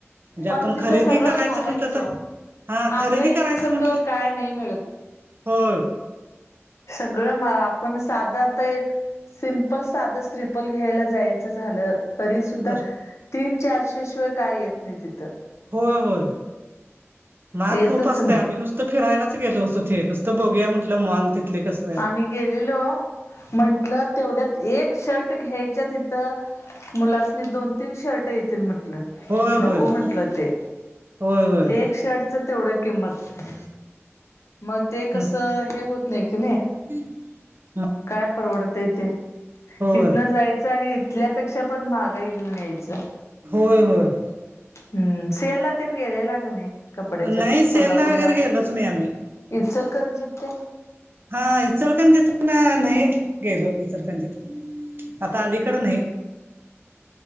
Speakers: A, on the right; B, on the left.
A: म्हणजे
B: पण
A: आपण
B: तिथं
A: खरेदी
B: सगळं
A: करायचं
B: महागाईच
A: म्हंटलं
B: ओ
A: तर हा खरेदी
B: आपल्या इकडे
A: करायचं
B: सारखं
A: म्हंटलं
B: काय नाही मिळत
A: हो
B: सगळं म आपण साधं आता एक सिम्पल साधं स्रिपल घ्यायला जायचं झालं तरी सुुद्धा,
A: तर
B: तीन चारशे शिवाय काय येत नाही तिथं
A: होय होय. महाग
B: येतच
A: खूप असतेय
B: नाही
A: आम्ही नुसत त फिरायलाच गेलो तेथे नुसत बघूया म्हटलं माल तिथले कसं.
B: आम्ही गेलेलो म्हंटल तेवढ्यात एक शर्ट घ्यायच्या तिथं मुलासनी दोन तीन शर्ट येतील म्हटल,
A: होय होय
B: नको म्हंटल ते
A: होय होय
B: एक शर्ट तेवढ किंमत, मग ते कस
A: म
B: हे होत नाही की नाही.
A: <inaudible>
B: काय परवडतय ते,
A: होय
B: इथनं जाय आणि इथल्यापेक्षा पण महागाई घेऊन यायचं.
A: होय होय
B: हम्म सेल न गेलेला का नाही कपड्याच्या
A: नाही सेलला
B: कोल्हापूरला
A: वगैरे गेलोच नाही आम्ही
B: इचलकरंजीत न ते
A: हा इचलकरंजीत ना नाही गेलो इचलकरंजीत आता अलीकड नाही.